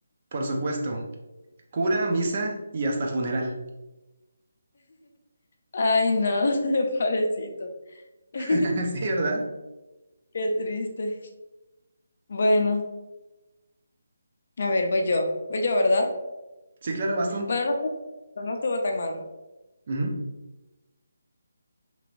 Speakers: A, on the right (about 45°); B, on the left (about 50°).
A: Por supuesto, Cura, misa y hasta funeral.
B: Ay, no, <laughs> pobrecito. <laughs>
A: <laughs> Sí, ¿verdad?
B: Qué triste. Bueno, a ver, voy yo. Voy yo, ¿verdad?
A: Sí, claro, vas tú.
B: Bueno, no, estuvo- no estuvo tan malo.
A: Ujú.